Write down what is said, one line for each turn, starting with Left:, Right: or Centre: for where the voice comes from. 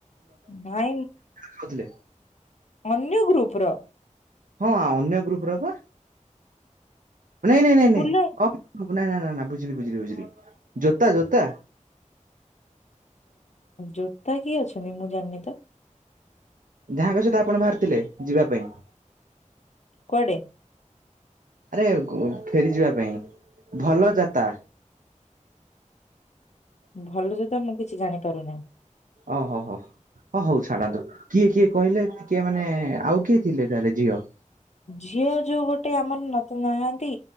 Left: ନା
Right: କହୁଥିଲେ।
Left: ଅନ୍ୟ ଗ୍ରୁପ ର
Right: ହଁ ଅନ୍ୟ ଗ୍ରୁପ ର ପା। ନାଇଁ ନାଇଁ ନାଇଁ
Left: ଫୁଲ
Right: ଅପ୍ ନାଇଁ ନାଇଁ ନାଇ ନାଇଁ ବୁଝିଲି ବୁଝିଲି ବୁଝିଲି ଜୋତା ଜୋ ଜୋତା।
Left: ଜୋତା କି ଅଛନ୍ତି ମୁଁ ଜାଣିନି ତ!
Right: ଯାହାଙ୍କ ସହିତ ଆପଣ ବାହାରିଥିଲେ ଯିବା ପାଇଁ।
Left: କୁଆଡେ?
Right: ଆରେ ଫେରି ଯିବା ପାଇଁ ଭଲ ଯାତା। <inaudible>
Left: ଭଲ ଜୋତା ମୁଁ କିଛି ଜାଣିପାରୁନି।
Right: ଓହୋ ହୋ ହ ହଉ ଛାଡନ୍ତୁ। କିଏ କିଏ କହିଲେ? ମାନେ ଆଉ କିଏ ଥିଲେ ତାହେଲେ ଝିଅ?
Left: ଝିଅ ଯୋଉ ଗୋଟେ ଆମର ନତ ନାହାନ୍ତି